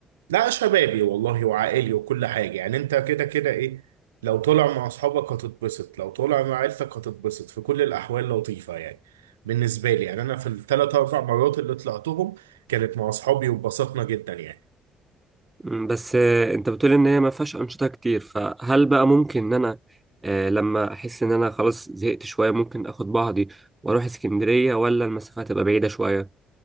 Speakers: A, on the right; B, on the right.
A: لا شبابي والله وعائلي وكل حاجة يعني انت كده كده ايه لو طلع مع اصحابك هتتبسط لو طلع مع عيلتك هتتبسط في كل الاحوال لطيفة يعني بالنسبة لي يعني انا في الثلاث اربع مرات اللي طلعتهم كانت مع اصحابي واتبسطنا جدا يعني
B: مم، بس آه، انت بتقول ان هي ما فيهاش انشطه كتير فهل بقى ممكن ان انا آه، لما احس ان انا خلاص زهقت شويه ممكن اخد بعضي واروح اسكندريه ولا المسافه هتبقى بعيده شويه